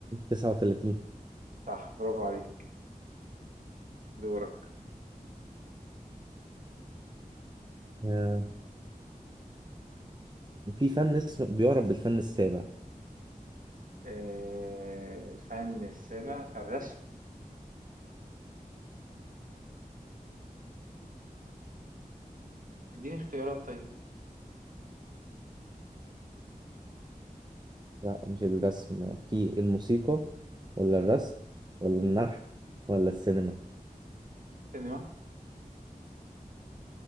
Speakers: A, on the right; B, on the right.
A: 39
B: صح برافو عليك دورك
A: آه، في فن اسمه بيعرف بالفن السابع
B: آه، الفن السابع الرسم اديني اختيارات طيب
A: لا مش الرسم في الموسيقى ولا الرسم ولا النحت ولا السينما
B: سينما